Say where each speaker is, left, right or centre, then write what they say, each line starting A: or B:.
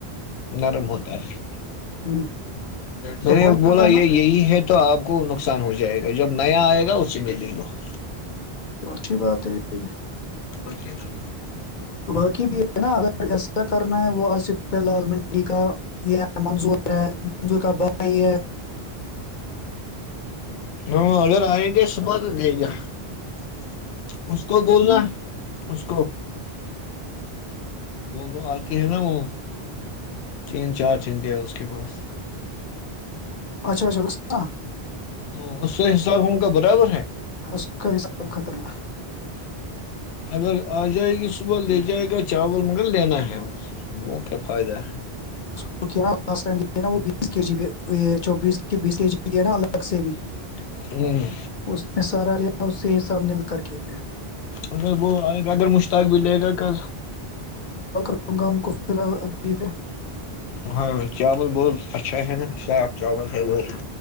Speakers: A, on the left; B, on the left.
A: نرم ہوتا ہے
B: ہم،
A: میں
B: تو
A: نے
B: بولنا
A: بولا
B: تھا
A: یہ
B: نا
A: یہی ہے <unintelligible> تو آپ کو نقصان ہو جائے گا جب نیا آئے گا اس <unintelligible> س م ل لو <unintelligible>
B: اچھی بات ہے <unintelligible>
A: پچے <unintelligible>
B: باقی بھی ہے نا اگر ایسا کر نا ہے وہ آصف لال منڈی کا یہ منظور ہے منظور کا ب ہی ہے <unintelligible>
A: ہاں اگر آئے گے صبح تو دے گا <unintelligible> اس کو بولنا
B: نا
A: اس کو <unintelligible> وہ وہ آتی ہے نا وہ تین چار چنجیا اس کے پاس
B: اچھا اچھا ر
A: ہ اس سے حساب ہم کا برابر ہے
B: اس کا حساب ختم ہے
A: اگر آ جائے گی صبح لے جائے گا چاول مگر لینا ہے وہ کیا فائدہ ہے
B: اس کیا <unintelligible> بیس کے جی بھی یہ چوبیس کے بیس کے جی بھی دیا نا الگ سے بھی
A: ہے ہ
B: اس نے سہارا لیا اس سے سب مل کر کے ہے <unintelligible>
A: ان وہ اگر مشتاق بھی لے گا کل
B: وں گا ان کو پ ابھی پ
A: ہاں چاول بہت اچھا ہے نا صاف چاول ہے ب